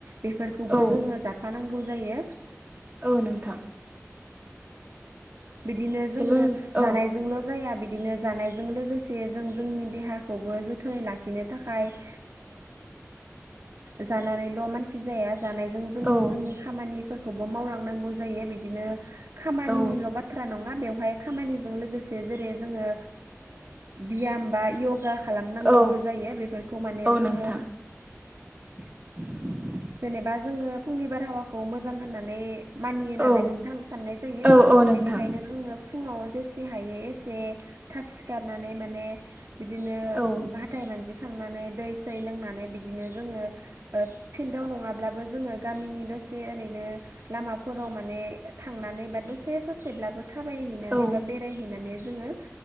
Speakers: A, on the right; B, on the right.
A: बेफोरखौबो
B: औ
A: जोङो जाफानांगौ जायो
B: औ नोंथां
A: बिदिनो जोङो
B: हेलौ औ
A: जानायजोंल' जाया बिदि बिदिनो जानायजों लोगोसे जों जोंनि देहाखौबो जोथोनै लाखिनो थाखाय जानानैल' मानसि जाया जानायजों जों
B: औ
A: जोंनि खामानिफोरखौबो मावलांनांगौ जायो बिदिनो बिनो खामानिनिल'
B: औ
A: बाथ्रा नङा बेवहाय खामानिजों लोगोसे जेरै जोङो बियाम बा यगा खालामनांगौ
B: औ
A: जायो बेफोरखौ माने
B: औ
A: जोङो
B: नोंथां <inaudible>
A: जेनेबा जोङो फुंनि बारहावाखौ मोजां होननानै मानियो नालाय
B: औ
A: नोंथां साननाय जायो
B: औ औ नोंथां
A: बेनिखायनो जोङो फुङाव जेसे हायो एसे थाब सिखारनानै माने बिदिनो
B: औ
A: हाथाय मानजिखांनानै दै सै लोंनानै बिदिनो जोङो। फिल्डआव नङाब्लाबो जोङो गामिनि दसे ओरैनो लामाफोराव माने थांनानै बा ससे ससेब्लाबो थाबायहैनानै
B: औ
A: बा बेरायहै माने जोङो